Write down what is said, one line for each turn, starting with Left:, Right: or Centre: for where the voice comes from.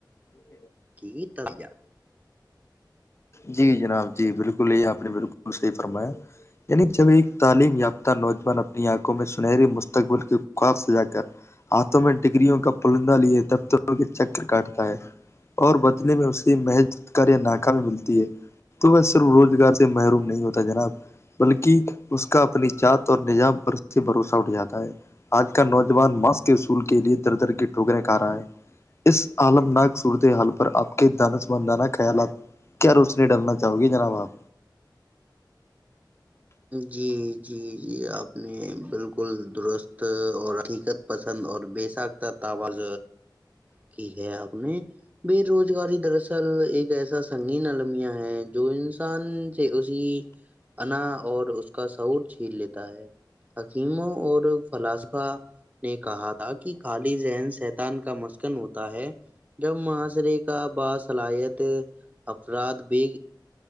Left: آ
Right: کی تو جان
Left: جی جناب جی بالکل آپ نے بالکل صحی فرمایا یعنی جب ایک تعلیم یافتہ نوجوان اپنی آنکھوں میں سنہری مستقبل کے خواب سجا کر ہاتھوں میں ڈگریوں کا پلندہ لی دفتروں کے چکر کاٹتا ہے اور بدنینے میں اسے محض کر یا ناکہ بھی ملتا تو وہ صرف روزگار سے محروم نہیں ہوتا جناب بلکہ اس کا اپنی جات اور نظام پر اس سے بھروسہ اٹھ جاتا ہے آج کا نوجوان ماسک کے اصول کے لیے در در کی ٹھوکریں کھا رہا ہے اس عالم نک صورتحال پر آپ کے دانس مدانہ خیالات کیا روشنی ڈرنا چاہو گی جناب آپ
Right: جی جی جی آپ نے بالکل درست اور حقیقت پسند اور بےساک ت آواز کی ہے آپ نے بے روزگاری دراصل ایک ایسا سنگین المیہ ہے جو انسان سے اسی انا اور اس کا سعور چھین لیتا ہے حکیموں اور فلاسفہ نے کہا تھا کہ خالی ذہن سیتان کا مسکن ہوتا ہے جب معاشرے کا باصلاحیت افراد بھی